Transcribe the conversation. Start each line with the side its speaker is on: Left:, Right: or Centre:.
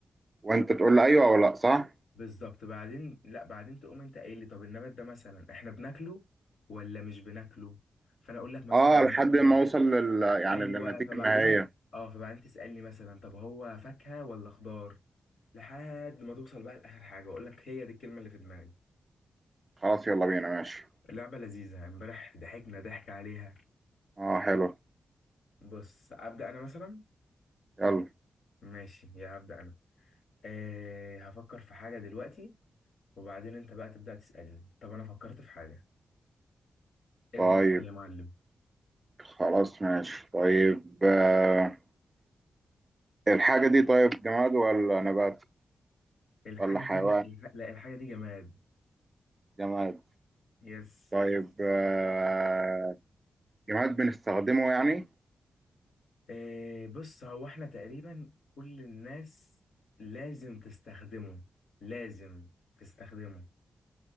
Right: وانت تقول لي ايوه او لا صح
Left: بالظبط بعدين لا بعدين تقوم أنت قايل لي طب النبات ده مثلا إحنا بناكله ولا مش بناكله فأنا أقول لك مثلا
Right: اه
Left: بناكله
Right: لحد ما اوصل لل يعني
Left: ايوه
Right: للنتيجه
Left: فبعدين
Right: النهائيه
Left: اه فبعدين تسالني مثلا طب هو فاكهه ولا خضار لحد ما توصل بقى لاخر حاجه واقول لك هي دي الكلمه اللي في دماغي
Right: خلاص يلا بينا ماشي
Left: اللعبه لذيذه امبارح ضحكنا ضحك عليها
Right: اه حلو
Left: بص ابدا انا مثلا
Right: يلا
Left: ماشي يا هبدا انا أه هفكر في حاجه دلوقتي وبعدين انت بقى تبدا تسالني طب انا فكرت في حاجه ابدا
Right: طيب
Left: اسال يا معلم
Right: خلاص ماشي طيب آه الحاجة دي طيب جماد ولا نبات
Left: الحاجه
Right: ولا
Left: دي
Right: حيوان
Left: ج... الح... لا الحاجه دي جماد
Right: جماد
Left: يس
Right: طيب آه جماد بنستخدمه يعني
Left: إيه بص هو احنا تقريبا كل الناس لازم تستخدمه لازم تستخدمه